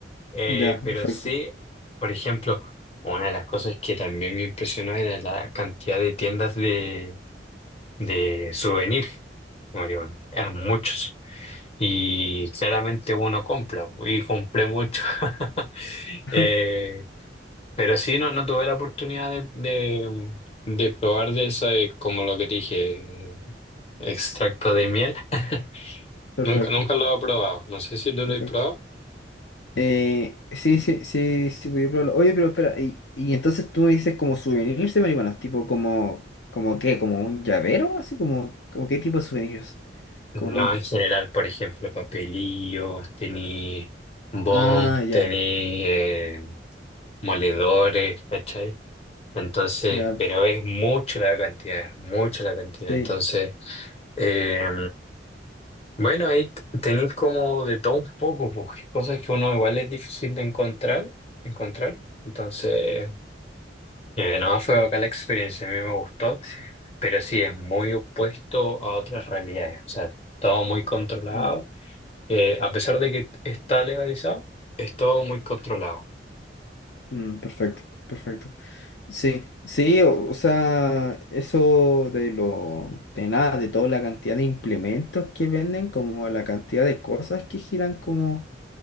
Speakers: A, on the left; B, on the left.
A: Eh,
B: Ya, perfecto,
A: pero sí, por ejemplo, una de las cosas que también me impresionó era la cantidad de tiendas de, de souvenir. Como digo, eran muchos. Y claramente uno compra, y compré mucho. <laughs>
B: <laughs>
A: Eh, pero sí, no, no tuve la oportunidad de, de, de probar de eso, eh, como lo que te dije, extracto de miel. <laughs>
B: perfecto,
A: Nunca, nunca lo he probado. No sé si tú
B: perfecto.
A: lo has probado.
B: Eh, sí, sí, sí, sí, podía probarlo. Oye, pero espera, y, y entonces tú me dices como souvenirs de marihuanos, tipo como, como qué, como un llavero, así como, como qué tipo de souvenirs.
A: No,
B: Como no-
A: en general, por ejemplo, papelillos, tení bong,
B: Ah, ya,
A: tení eh, moledores, ¿cachai? Entonces,
B: ya,
A: pero es mucho la cantidad, es mucho la cantidad.
B: sí,
A: Entonces, eh, bueno, ahí t- tenéis como de todo un poco, pues, cosas que uno igual es difícil de encontrar, encontrar. Entonces, eh, no, fue acá la experiencia, a mí me gustó,
B: sí.
A: pero sí es muy opuesto a otras realidades. O sea, todo muy controlado
B: Mm,
A: eh, a pesar de que está legalizado. Es todo muy controlado.
B: mm, perfecto, perfecto. Sí, sí, o, o sea, eso de lo, de nada, de toda la cantidad de implementos que venden, como la cantidad de cosas que giran como